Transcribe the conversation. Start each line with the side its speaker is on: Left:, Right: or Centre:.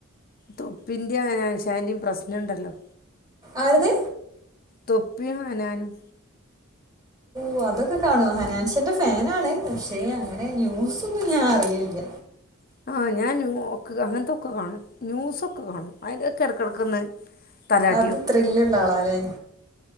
Left: തൊപ്പിന്റെ ഹനാന്ശാന്റിം പ്രശ്നണ്ടല്ലോ
Right: ആരെത്
Left: തൊപ്പിയും ഹനാനും
Right: ഓ അതൊക്കെ കാണുവേ ഹനാൻസിന്റെ ഫാൻ ആണ് പക്ഷെ അങ്ങനെ ന്യൂസ്‌ ഒന്നും ഞാൻ അറിയിൽ ഇല്ല
Left: ആ ഞാൻ ന്യൂ ഒ അങ്ങനത്തെക്കെ കാണും ന്യൂസൊക്കെ കാണും അതിലൊക്കെ ഇടയ്ക്കിടയ്ക്കൊന്നു തലാട്ടി
Right: അത്
Left: വെക്കും
Right: ത്രില്ലുള്ള ആളാല്ലേ